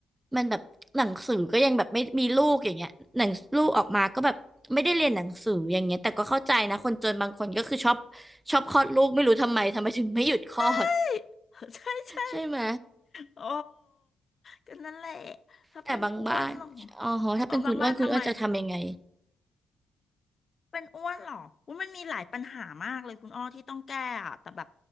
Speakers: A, on the right; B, on the left.
A: มันแบบหนังสือก็ยังแบบไม่มีลูกอย่างเงี้ยหนังลูกออกมาก็แบบไม่ได้เรียนหนังสืออย่างเงี้ยแต่ก็เข้าใจนะคนจนบางคนก็คือชอบชอบคลอดลูกไม่รู้ทำไมทำไมถึงไม่หยุดคลอด
B: <laughs> ใช่ <laughs> ใช่
A: ใช่ไหม
B: โอ้ก็นั่นแหละ ถ้าเป็นอ้วนเหรอ
A: แต่บางบ้านอ๋อฮะถ้าเป็นคุณอ้วนคุณอ้วนจะทำยังไง
B: เออบางบ้านทำไม เป็นอ้วนเหรออุ้ยมันมีหลายปัญหามากเลยคุณอ้อที่ต้องแก้อะแต่แบบ